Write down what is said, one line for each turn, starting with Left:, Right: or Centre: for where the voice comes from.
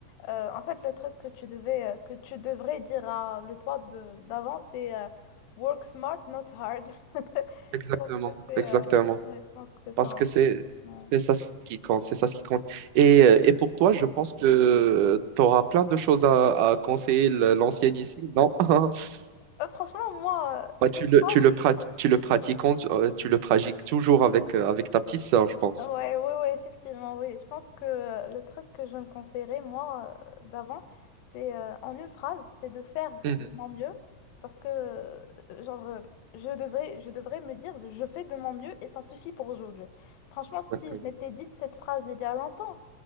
Left: Euh, en fait, le truc que tu devais, euh, que tu devrais dire à le toi de- d'avant, c'est euh, work smart, not hard. <laughs>
Right: Exactement,
Left: Je pense que c'est,
Right: exactement.
Left: euh, ouais, je pense que c'est ça,
Right: parce que c'est
Left: en fait. Ouais.
Right: c'est ça ce qui compte, c'est ça ce qui compte. Et, euh, et pour toi, je pense que tu auras plein de choses à, à conseiller le- l'ancien Yasmine, non? <laughs>
Left: Euh, franchement, moi,
Right: Bah, tu
Left: euh, une
Right: le,
Left: phrase
Right: tu le, prat- tu le pratiques, en- euh, tu le pratiques toujours avec, euh, avec ta petite sœur, je pense.
Left: Ouais, ouais, ouais, effectivement, oui. Je pense que euh, le truc que je me conseillerais, moi, euh, d'avant, c'est euh, en une phrase, c'est de faire
Right: Mhm.
Left: de mon mieux parce que, euh, genre, euh, je devrais, je devrais me dire, je fais de mon mieux et ça suffit pour aujourd'hui. Franchement, si
Right: Exactement.
Left: je m'étais dit cette phrase il y a longtemps,